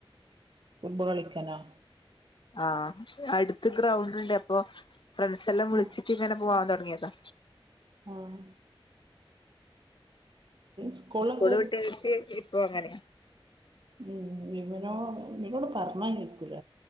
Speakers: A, on the right; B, on the left.
A: ഫുട്ബോൾ കളിക്കനോ?
B: ആഹ് അട്ത്ത് ഗ്രൗണ്ട് ണ്ട് അപ്പൊ ഫ്രണ്ട്സല്ലാം വിള്ച്ച്ട്ട്
A: ആഹ്
B: ഇങ്ങനെ. പോവാ തൊടങ്ങ്യതാ.
A: ആഹ് സ്കൂളിലൊക്കെ
B: ഉം സ്കൂള് വിട്ട് ട്ട് ഇപ്പോ അങ്ങനെയ.
A: ഉം ഇവനോ ഇവനോട് പറഞ്ഞ കേക്കൂല